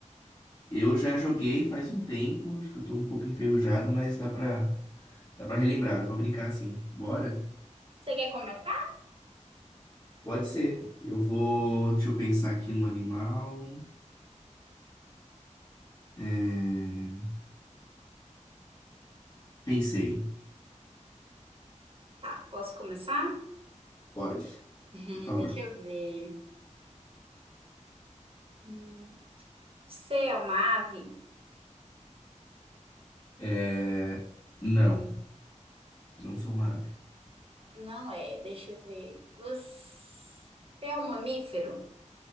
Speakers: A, on the left; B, on the right.
A: Eu já joguei faz um tempo, acho que eu tô um pouco enferrujado, mas dá pra, dá pra relembrar, dá pra brincar assim. Bora?
B: Você quer começar?
A: Pode ser. Eu vou. Deixa eu pensar aqui no animal. É, Pensei.
B: Tá, posso começar?
A: Pode,
B: Hum,
A: por favor.
B: deixa eu ver. Hum, Você é uma ave?
A: É... Não, não sou uma ave.
B: Não é, deixa eu ver. Você é um mamífero?